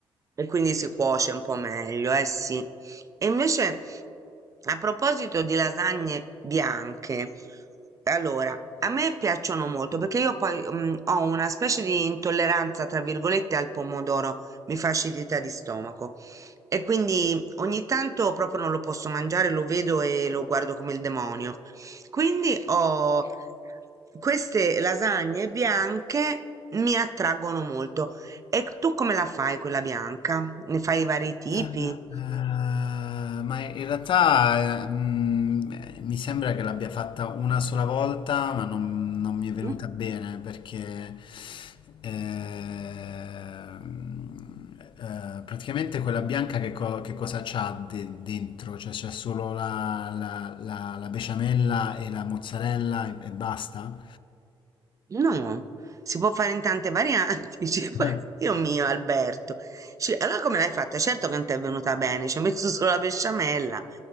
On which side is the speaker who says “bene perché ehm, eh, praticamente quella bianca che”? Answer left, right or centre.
Left